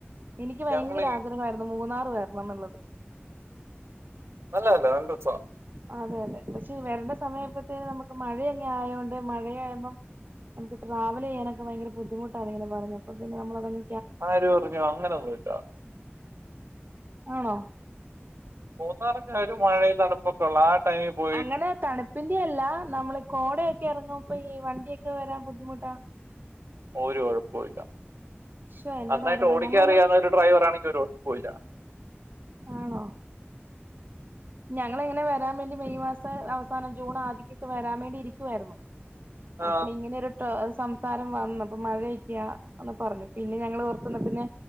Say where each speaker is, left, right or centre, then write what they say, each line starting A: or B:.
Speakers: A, on the right; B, on the right.
A: എനിക്ക് ഭയങ്കര
B: ഞങ്ങള് ഈ
A: ആഗ്രഹയിരുന്നു മൂന്നാറ് വരണംന്നുള്ളത്
B: അല്ല അല്ലസ
A: അതെ അതെ പക്ഷേ വരണ്ട സമയപ്പത്തേും നമുക്ക് മഴ എങ്ങനെ ആയത്ണ്ട് മഴയാമ്പം നമുക്ക്ട്രാവലെയ്യാനൊക്ക ഭയങ്കര ബുദ്ധിുട്ടാണ്ങ്ങനെ പറഞ്ഞപ്പൊ പിന്ന നമ്മളതങ്
B: ആരൂ പറഞ്ഞു അങ്ങനെ ഒന്നുംല്ല
A: ആണോ
B: മുന്നാറൊക്ക ഒരു മഴ തണുപ്പം ഒക്കള്ളാ ടൈമ് പോ
A: അങ്ങനെ തണുപ്പിന്റെ അല്ല നമ്മള് കോടയൊക്കെ ഇറങ്ങുമ്പ ഈ വണ്ടിയൊക്കെ വരാ ബുദ്ധിമുട്ടാ
B: ഒരു ഒഴപ്പല്ല
A: ശോ എന്നോട്
B: നന്നായിട്ട്
A: ആരാ പറഞ്ഞെ
B: ഓടിക്കാറിയാവുന്ന
A: ഞങ്ങളെന്നും
B: ഒരു ഡ്രൈവർ ആണെങ്കിൽ ഒരുഴപ്പല്ല
A: ആണോ ഞങ്ങളിങ്ങനെ വരാൻ വേണ്ടി മെയ് മാസ അവസാനം ജൂൺ ആദ്യൊക്കെ വരാൻ വേണ്ടി ഇരിക്കുവായിരുന്നു അപ്പള
B: ആഹ്
A: ഇങ്ങനെരു സംസാരം വന്നു അപ്പൊ മഴയൊക്കെയ ഒന്ന് പറഞ്ഞു പിന്നെ ഞങ്ങള് ഓർത്തുന്ന പിന്നെ